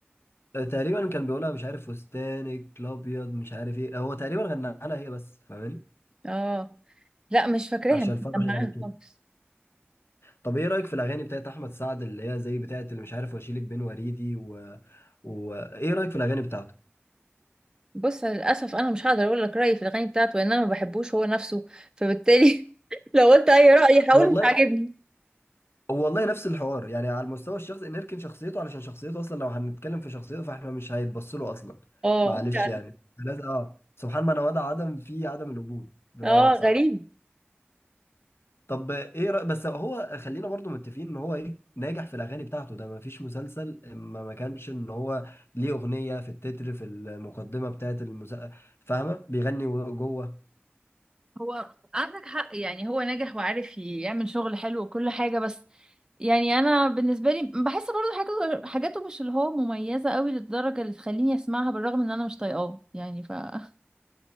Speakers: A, on the left; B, on the right.
A: آه، تقريبا كان بيقولها مش عارف فستانك الأبيض مش عارف ايه هو تقريبا غناها لها هي بس فاهماني
B: اه لا مش فاكراها
A: عشان
B: مش
A: الفرح
B: مجمعاها
A: يعني كده
B: خالص
A: طب ايه رأيك في الأغاني بتاعت أحمد سعد اللي هي زي بتاعت اللي مش عارف واشيلك بين وريدي و... و... ايه رأيك في الأغاني بتاعته
B: بص للاسف انا مش هقدر اقول لك رايي في الاغاني بتاعته لان انا ما بحبوش هو نفسه فبالتالي <laughs> لو قلت اي راي هقول
A: والله
B: مش عاجبني
A: والله نفس الحوار يعني على المستوى الشخصي نركن شخصيته علشان شخصيته اصلا لو هنتكلم في شخصيته فاحنا مش هيتبص له اصلا
B: اه
A: معلش
B: يعني
A: يعني لازم اه سبحان من وضع عدم في عدم الوجود بمعنى
B: اه
A: صح
B: غريب
A: طب ايه رأي بس هو خلينا برضو متفقين ان هو ايه ناجح في الاغاني بتاعته ده ما فيش مسلسل ما ما كانش ان هو ليه اغنية في التتر في المقدمة بتاعت المسا... فاهمة بيغني جوه
B: هو عندك حق يعني هو نجح وعارف يعمل شغل حلو وكل حاجة بس يعني انا بالنسبه لي بحس برضه حاجاته حاجاته مش اللي هو مميزه قوي للدرجه اللي تخليني اسمعها بالرغم ان انا مش طايقاه يعني ف <laughs>